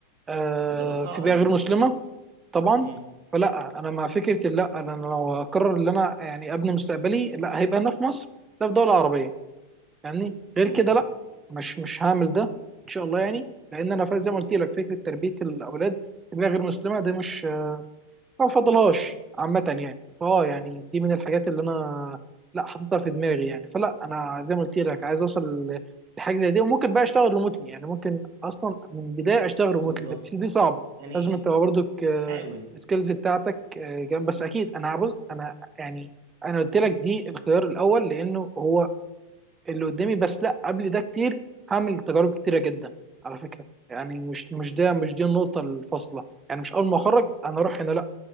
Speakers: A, on the right; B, on the right.
A: آه
B: هتبقى صعبة
A: في بيئه
B: جدا
A: غير مسلمه طبعا
B: امم
A: فلا انا مع فكره لا انا أنا لو اقرر ان انا يعني ابني مستقبلي لا هيبقى هنا في مصر لا في دوله عربيه يعني غير
B: امم
A: كده لا مش مش هعمل ده ان شاء الله يعني لان انا فا- زي ما قلت لك فكره تربيه الاولاد في بيئه غير مسلمه ده مش ما بفضلهاش عامه يعني فاه يعني دي من الحاجات اللي انا لا حاططها في دماغي يعني فلا انا زي ما قلت لك عايز اوصل ل- لحاجه زي دي وممكن بقى اشتغل ريموتلي يعني ممكن اصلا من البدايه اشتغل ريموتلي
B: بالظبط
A: بس دي صعبه
B: يعني
A: لازم انت برضك
B: حاول
A: السكيلز بتاعتك آه، جنب- بس اكيد انا هبص انا يعني انا قلت لك دي الخيار الاول لانه هو اللي قدامي بس لا قبل ده كتير هعمل تجارب كتيره جدا على فكره يعني مش مش ده مش دي النقطه الفاصله يعني مش اول ما اخرج انا اروح هنا لا